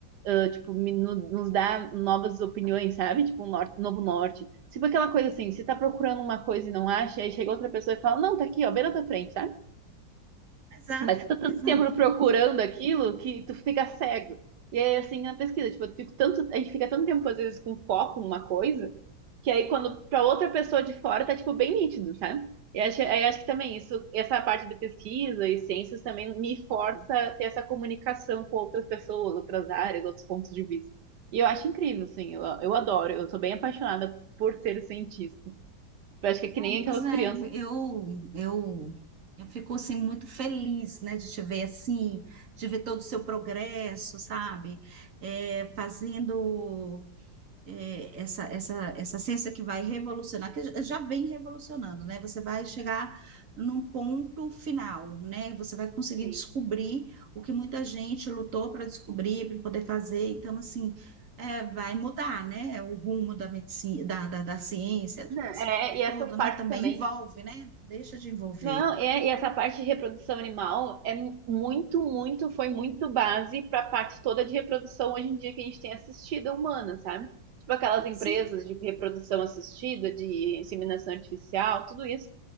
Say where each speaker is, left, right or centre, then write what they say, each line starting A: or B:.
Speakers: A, on the right; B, on the right.
A: ah, tipo, me- no- nos dá novas opiniões, sabe? Tipo, um norte, novo norte. Tipo aquela coisa assim, você tá procurando uma coisa e não acha, aí chega outra pessoa e fala, não, tá aqui, ó, bem na tua frente, sabe?
B: Exato,
A: Mas você tá tanto
B: exato.
A: tempo procurando aquilo que tu fica cego. E aí, assim, na pesquisa, tipo, eu fico tanto, a gente fica tanto tempo, às vezes, com foco numa coisa, que aí, quando para outra pessoa de fora, tá, tipo, bem nítido, sabe? E acho, aí acho que também isso, essa parte da pesquisa e ciências também me força a ter essa comunicação com outras pessoas, outras áreas, outros pontos de vista. E eu acho incrível, assim, eu, eu adoro, eu sou bem apaixonada por ser cientista. Eu acho que é que
B: Ai,
A: nem aquelas
B: Pois é,
A: crianças.
B: eu, eu, eu fico assim muito feliz, né, de te ver assim, de ver todo o seu progresso, sabe? É, fazendo é, essa, essa, essa ciência que vai revolucionar, que já já vem revolucionando, né? Você vai chegar num ponto final, né? Você vai conseguir
A: sim.
B: descobrir o que muita gente lutou para descobrir, para poder fazer. Então, assim, é, vai mudar, né? O rumo da medicina, da, da, da ciência, da
A: Não, é,
B: medicina como um
A: e essas
B: todo,
A: partes
B: né? Também
A: também
B: envolve, né? Deixa de envolver.
A: Não, é, e essa parte de reprodução animal é mu- muito, muito, foi muito base para a parte toda de reprodução hoje em dia que a gente tem assistida humana, sabe? Tipo aquelas empresas
B: Sim,
A: de reprodução assistida, de inseminação artificial, tudo isso.